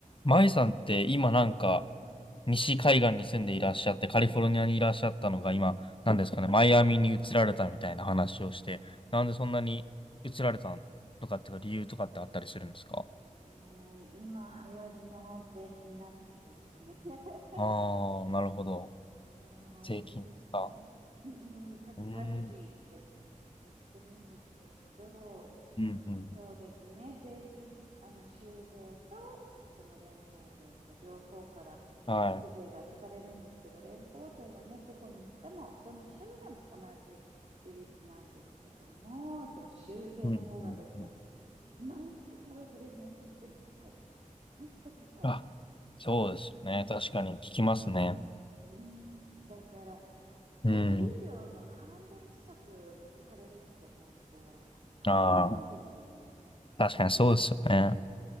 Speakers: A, on the left (about 40°); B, on the right (about 50°).
A: マイさんって今なんか
B: うん。
A: 西海岸に住んでいらっしゃってカリフォルニアにいらっしゃったのが今なんですかねマイアミに移られたみたいな話をしてなんでそんなに移られたとかっていうか理由とかってあったりするんですか
B: もう今流行りの税金難民ですよね。<laughs>
A: ああー、なるほど。
B: うん、
A: 税金ですか。
B: 多いですね。うんうん、タックスレフュジーって
A: うーん。
B: 言ってるんですけど、
A: うんうん。
B: そうですね、税金、あの、州税と、その連邦税と両方から所得税が引かれるんですけど、
A: はい。
B: 連邦税はね、どこに行っても、どの州でも同じ利率なんですけども、その州税の方がですね、
A: うんうんうん。
B: まあ、カリフォルニア本当に高い。ほんと高い。
A: あ、そうですね。
B: うん。
A: 確かに聞きますね。
B: うん、だから、
A: うん。
B: お給料の半分近く持ってかれるって思うと、半端ないですよね。
A: ああ、確かにそうですよね。
B: うん、